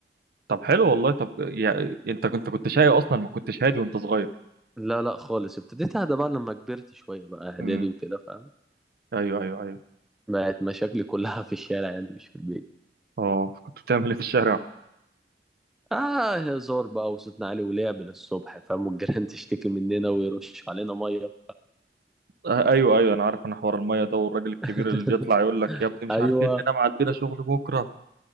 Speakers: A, on the right (about 55°); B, in the centre.
A: طب حلو والله طب يعني انت كنت كنت شقي اصلا ما كنتش هادي وانت صغير
B: لا لا خالص ابتديت اهدى بقى لما كبرت شويه بقى اعدادي
A: امم
B: وكده فاهم
A: ايوه ايوه ايوه
B: بقت مشاكلي كلها في الشارع يعني مش في البيت
A: اه كنت بتعمل ايه في الشارع
B: اه هزار بقى وصوتنا عالي ولعب للصبح فاهم والجيران تشتكي مننا ويرش علينا ميه
A: آه، ايوه ايوه انا عارف انا حوار الميه ده والراجل الكبير
B: <laughs>
A: اللي يطلع يقول لك يا ابني مش
B: ايوه
A: عارفين اننا ما عندنا شغل بكره